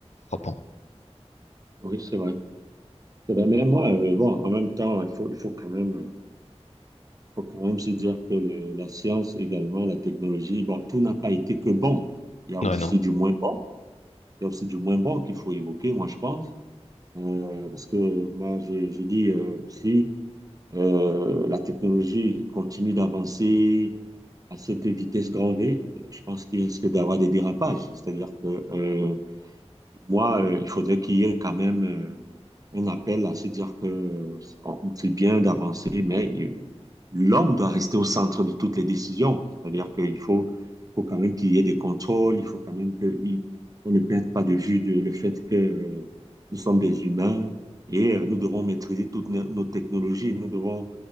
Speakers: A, on the left; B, on the right.
A: frappant.
B: oui, c'est vrai. C'est vrai. Mais moi, euh, bon, en même temps, il faut, il faut quand même... euh, faut quand même se dire que le- la science également, la technologie, bon, tout n'a pas été que bon. Il y a
A: Ouais,
B: aussi
A: non.
B: du moins bon. Il y a aussi du moins bon qu'il faut évoquer, moi, je pense. Euh, parce que moi, je, je dis, euh, si euh, la technologie continue d'avancer à cette vitesse grand V, euh, je pense qu'il risque d'avoir des dérapages. C'est-à-dire que euh, moi, euh, il faudrait qu'il y ait quand même euh, un appel à se dire que euh, on- c'est bien d'avancer, mais euh, l'homme doit rester au centre de toutes les décisions. C'est-à-dire qu'il faut, faut quand même qu'il y ait des contrôles, il faut quand même qu'on ne perde pas de vue de- le fait que euh, nous sommes des humains et euh, nous devons maîtriser toutes nos, nos technologies. Nous devons